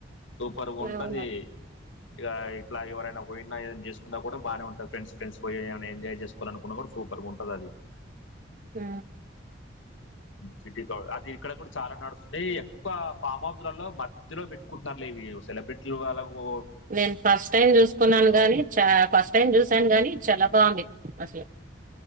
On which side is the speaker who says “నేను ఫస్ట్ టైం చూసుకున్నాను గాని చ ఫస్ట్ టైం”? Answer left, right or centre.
Right